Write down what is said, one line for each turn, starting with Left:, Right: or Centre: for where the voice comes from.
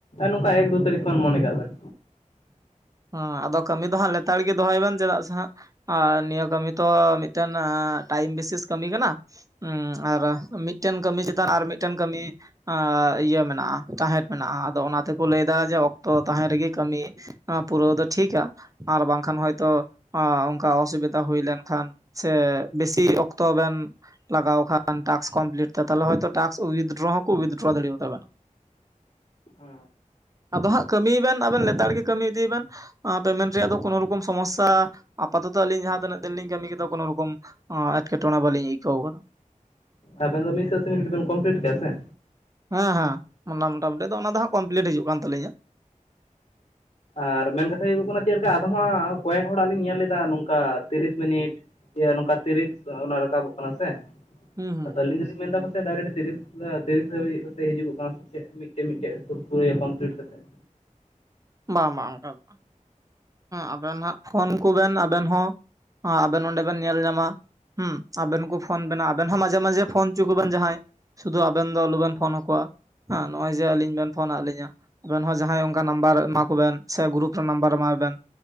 Left: ᱱᱚᱝᱠᱟ ᱮᱠ ᱫᱩ ᱛᱟᱹᱨᱤᱠᱷ ᱠᱷᱚᱱ ᱢᱚᱱᱮ ᱠᱟᱜ ᱵᱮᱱ
Right: ᱦᱚ ᱟᱫᱚ ᱠᱟᱹᱢᱤ ᱫᱚ ᱦᱟᱸᱜ ᱞᱮᱛᱟᱲ ᱜᱮ ᱫᱚᱦᱚᱭ ᱵᱮᱱ ᱪᱮᱫᱟᱜ ᱥᱮ ᱦᱟᱸᱜ ᱟᱨ ᱱᱤᱭᱟᱹ ᱠᱟᱹᱢᱤ ᱛᱚ ᱢᱤᱫᱴᱟᱝ ᱴᱟᱭᱤᱢ ᱵᱮᱥᱤᱥ ᱠᱟᱹᱢᱤ ᱠᱟᱱᱟ ᱦᱚᱸ ᱟᱨ ᱢᱤᱫᱴᱟᱝ ᱠᱟᱹᱢᱤ ᱪᱮᱛᱟᱱ ᱟᱨ ᱢᱤᱫᱴᱟᱝ ᱠᱟᱹᱢᱤ ᱟ ᱤᱭᱟᱹ ᱢᱮᱱᱟᱜᱼᱟ ᱛᱟᱦᱮᱫ ᱢᱮᱱᱟᱜᱼᱟ ᱟᱫᱚ ᱚᱱᱟ ᱛᱮᱠᱚ ᱞᱟᱹᱭᱫᱟ ᱡᱮ ᱚᱠᱛᱚ ᱛᱟᱦᱮᱸᱱ ᱨᱮᱜᱮ ᱠᱟᱹᱢᱤ ᱱᱚᱣᱟ ᱯᱩᱨᱟᱹᱣ ᱫᱚ ᱴᱷᱤᱠᱟ ᱟᱨ ᱵᱟᱝᱠᱷᱟᱱ ᱦᱚᱭᱛᱚ ᱚᱱᱠᱟ ᱚᱥᱩᱵᱤᱫᱷᱟ ᱦᱩᱭ ᱞᱮᱱᱠᱷᱟᱱ ᱥᱮ ᱵᱮᱥᱤ ᱚᱠᱛᱚ ᱵᱮᱱ ᱞᱟᱜᱟᱣ ᱠᱷᱟᱱ ᱴᱟᱠᱥ ᱠᱚᱢᱯᱞᱤᱴ ᱛᱟᱦᱚᱞᱮ ᱦᱚ ᱛᱚ ᱴᱟᱠᱥ ᱩᱭᱰᱨᱚ ᱦᱚᱸᱠᱚ ᱩᱭᱰᱨᱚ ᱫᱟᱲᱮᱭᱟ ᱛᱟᱵᱮᱱᱟ
Left: ᱦᱩ
Right: ᱟᱫᱚ ᱦᱟᱸᱜ ᱠᱟᱹᱢᱤᱭ ᱵᱮᱱ ᱟᱵᱮᱱ ᱞᱮᱛᱟᱲ ᱜᱮ ᱠᱟᱹᱢᱤ ᱤᱫᱤ ᱵᱮᱱ ᱯᱮᱢᱮᱱᱴ ᱨᱮᱭᱟᱜ ᱫᱚ ᱠᱱᱳ ᱨᱚᱠᱚᱢ ᱥᱚᱢᱚᱥᱥᱟ ᱟᱯᱟᱛᱚᱛᱚ ᱟᱹᱞᱤᱧ ᱡᱟᱦᱟᱸ ᱛᱤᱱᱟᱹᱜ ᱫᱤᱱ ᱞᱤᱧ ᱠᱟᱹᱢᱤ ᱠᱮᱫᱟ ᱠᱳᱱᱳ ᱨᱚᱠᱚᱢ ᱮᱴᱠᱮᱴᱚᱬᱮ ᱵᱟᱟᱹᱞᱤᱧ ᱟᱹᱭᱠᱟᱹᱣ ᱟᱠᱟᱫᱟ
Left: ᱟᱵᱤᱱ ᱫᱚ ᱢᱤᱫᱽ ᱥᱟᱭᱛᱮ ᱵᱤᱱ ᱠᱚᱢᱯᱞᱤᱴ ᱠᱮᱫᱟ ᱥᱮ
Right: ᱦᱮᱸ ᱦᱮᱸ ᱚᱱᱟ ᱢᱚᱴᱟᱢᱩᱴᱤ ᱫᱚ ᱚᱱᱟ ᱫᱚ ᱦᱟᱸᱜ ᱠᱚᱢᱯᱞᱤᱴ ᱦᱤᱡᱩᱜ ᱠᱟᱱ ᱛᱟᱹᱞᱤᱧᱟ
Left: ᱟᱨ ᱢᱮᱱ ᱠᱟᱛᱷᱟ ᱦᱩᱭᱩᱜ ᱠᱟᱱᱟ ᱪᱮᱫ ᱞᱮᱠᱟ ᱟᱫᱷᱚᱢ ᱦᱟᱜ ᱠᱚᱭᱮᱠ ᱦᱚᱲᱟᱜ ᱞᱤᱧ ᱧᱮᱞ ᱞᱮᱫᱟ ᱱᱚᱝᱠᱟ ᱛᱤᱨᱤᱥ ᱢᱤᱱᱤᱴ ᱤᱭᱟᱹ ᱱᱚᱝᱠᱟ ᱛᱤᱨᱤᱥ ᱚᱱᱟ ᱨᱟᱠᱟᱵᱚᱜ ᱠᱟᱱᱟ ᱥᱮ
Right: ᱦᱩᱸ ᱦᱩᱸ
Left: ᱟᱫᱚ ᱟᱹᱞᱤᱧ ᱫᱚᱞᱤᱧ ᱢᱮᱱᱫᱟ ᱰᱟᱭᱨᱮᱴ ᱛᱤᱨᱤᱥ ᱛᱤᱨᱤᱥ ᱨᱮ ᱦᱩᱭᱩᱜ ᱠᱟᱛᱮ ᱦᱤᱡᱩᱜᱚᱜ ᱠᱟᱱᱟ ᱥᱮ ᱪᱮᱫ ᱢᱤᱫᱴᱟᱝ ᱢᱤᱫᱴᱟᱝ ᱠᱚᱢᱯᱞᱤᱴ ᱠᱟᱛᱮᱫ
Right: ᱵᱟᱝ ᱵᱟᱝ ᱚᱱᱠᱟ ᱫᱚ ᱵᱟᱝ ᱟᱵᱮᱱ ᱦᱱᱟᱜ ᱯᱷᱳᱱ ᱠᱚᱵᱮᱱ ᱟᱵᱮᱱ ᱦᱚᱸ ᱟᱵᱮᱱ ᱚᱸᱰᱮ ᱵᱮᱱ ᱧᱮᱞ ᱧᱟᱢᱟ ᱦᱩᱸ ᱟᱵᱮᱱ ᱠᱚ ᱯᱷᱳᱱ ᱵᱮᱱᱟ ᱟᱵᱮᱱ ᱦᱚᱸ ᱢᱟᱡᱷᱮ ᱢᱟᱡᱷᱮ ᱯᱷᱱ ᱦᱚᱪᱚ ᱠᱚᱵᱮᱱ ᱡᱟᱦᱟᱸᱭ ᱥᱩᱫᱷᱩ ᱟᱵᱮᱱ ᱫᱚ ᱟᱞᱚᱵᱮᱱ ᱯᱷᱳᱱ ᱟᱠᱚᱣᱟ ᱦᱮᱸ ᱱᱚᱜ ᱚᱚᱭ ᱡᱮ ᱟᱞᱤᱧ ᱵᱮᱱ ᱯᱷᱳᱱᱟᱫ ᱞᱤᱧᱟᱹ ᱟᱵᱮᱱ ᱦᱚᱸ ᱡᱟᱦᱟᱸᱭ ᱚᱱᱠᱟ ᱱᱟᱢᱵᱟᱨ ᱮᱢᱟ ᱠᱚᱵᱮᱱ ᱥᱮ ᱜᱨᱩᱨᱩᱯ ᱨᱮ ᱱᱟᱢᱵᱟᱨ ᱮᱢᱟᱭ ᱵᱮᱱ